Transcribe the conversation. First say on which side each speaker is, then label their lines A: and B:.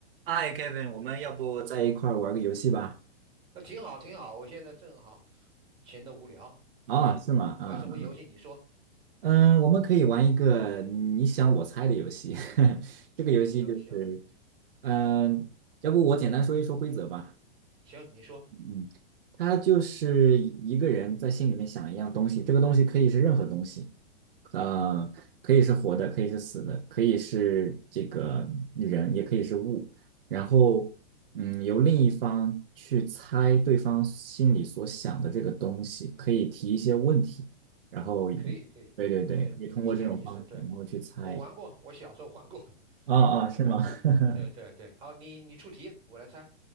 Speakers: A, on the right; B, on the right.
A: 嗨，Kevin，我们要不在一块儿玩个游戏吧？
B: 那挺好，挺好。我现在正好闲得无聊，
A: 啊、
B: 行，
A: 是吗？啊、
B: 玩什么游戏？
A: 嗯，
B: 你说，
A: 嗯，我们可以玩一个你想我猜的游戏。<laughs> 这个游戏就是，
B: 行行
A: 嗯，要不我简单说一说规则吧？
B: 行，你说，
A: 嗯，他就是一个人在心里面想一样东西，这个东西可以是任何东西，呃，可以是活的，可以是死的，可以是这个人，也可以是物。然后，嗯，由另一方去猜对方心里所想的这个东西，可以提一些问题，然后，
B: 可以可以，
A: 对对对，
B: 对，
A: 可以通过这种方式，
B: 挺有意思。对，
A: 然后去猜。
B: 我玩过，我小时候玩过。<laughs>
A: 啊啊，
B: 对
A: 是吗？<laughs>
B: 对对对，好，你你出题，我来猜